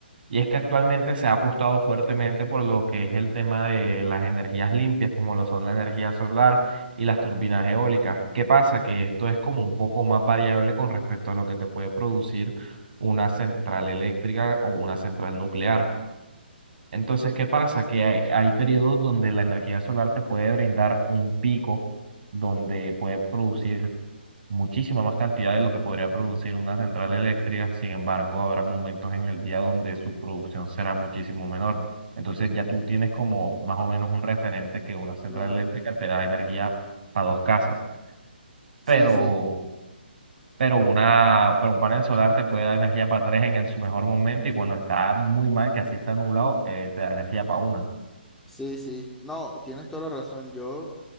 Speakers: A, on the right; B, in the centre.
A: Y es que actualmente se ha apostado fuertemente por lo que es el tema de las energías limpias, como lo son la energía solar y las turbinas eólicas. ¿Qué pasa? Que esto es como un poco más variable con respecto a lo que te puede producir una central eléctrica o una central nuclear. Entonces, ¿qué pasa? Que hay, hay periodos donde la energía solar te puede brindar un pico donde puede producir muchísima más cantidad de lo que podría producir una central eléctrica. Sin embargo, habrá momentos en el día donde su producción será muchísimo menor. Entonces, ya tú tienes como más o menos un referente que una central
B: Claro.
A: eléctrica te da energía para dos casas,
B: Sí,
A: pero,
B: sí,
A: pero, una, pero un panel solar te puede dar energía para tres en, el- su mejor momento y cuando está muy mal, que así está nublado, eh, te da energía para una.
B: sí, sí. No, tienes toda la razón. Yo